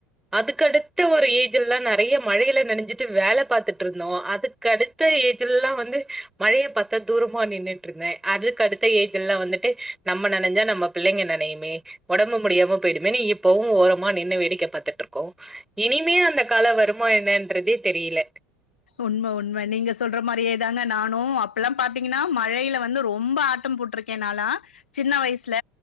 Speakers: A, in the centre; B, on the left.
A: அதுக்கடுத்த ஒரு ஏஜ் எல்லா நெறைய மழைல நெனஞ்சிட்டு வேல பாத்துட்ருந்தோ அதுக்கடுத்த ஏஜ்லல்லா வந்து மழைய பாத்தா தூரமா நின்னுட்ருந்தே அதுக்கு அடுத்த ஏஜ்லல்லா வந்துட்டு நம்ம நனஞ்சா நம்ம பிள்ளைங்க நனையுமே உடம்பு முடியாம போயி்டும் இப்பவு ஓரமா நின்னு வேடிக்க பாத்துட்ருக்கோ இனிமே அந்த கால வரு மா என்னன்றதே தெரில
B: உண்ம உண்ம நீங்க சொல்ற மாரியே தாங்க நானு அப்பல்லா பாத்தீங்கன்னா மழைல வந்து ரொம்ப ஆட்டம் போட்ருக்கே நாலா சின்ன வயசுல